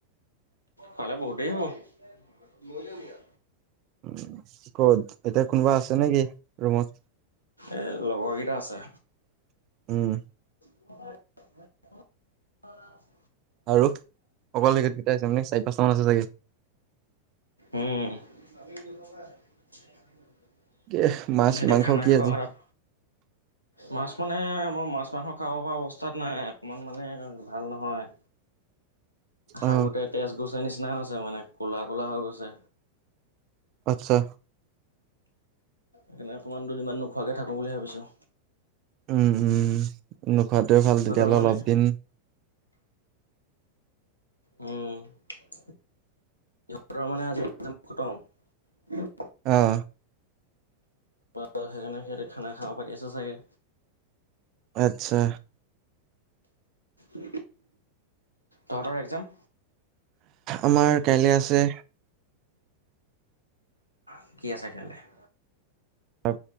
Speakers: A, on the left (about 80°); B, on the right (about 40°).
A: ভালে বহুত দেৰি হব। মজমিয়া
B: উ। ক'ত এতিয়া কোনোবা আছে নেকি ৰুমত?
A: এ লগৰকেইটা আছে।
B: উম
A: <inaudible> <unintelligible> <unintelligible>
B: আৰু অকল সিহঁত দুটাই আছেনে চাৰি পাঁচটামান আছে চাগে
A: উম <unintelligible>
B: এ মাছ
A: সিহঁতি
B: মাংস
A: খানা
B: কি
A: খোৱা
B: আজি
A: কথা মাছ মানে মই মাছ মাংস খাব পৰা অৱস্থাত নাই অকণমান মানে ভাল নহয়।
B: অ
A: শাগোতে তেজ গৈছে নিচিনা হৈছে। এ মানে ক'লা ক'লা হৈ গৈছে।
B: আত্ছা
A: সেইকাৰণে দুদিনমান নোখোৱাকে থাকোঁ বুলি ভাবিছোঁ।
B: উম উম খোৱাটোৱে ভাল
A: ইহঁতৰ
B: তেতিয়াহ'লে
A: মানে
B: অলপ দিন।
A: উম <unintelligible> সিহঁতৰ মানে আজি এক্সাম খটম।
B: অঁ
A: ত সেইকাৰণে সিহঁতি খানা খা পাতি আছে চাগে
B: আচ্ছা
A: <inaudible> তহঁতৰ এক্সাম
B: আমাৰ কাইলৈ আছে
A: <unintelligible> কি আছে কাইলে <inaudible>
B: ত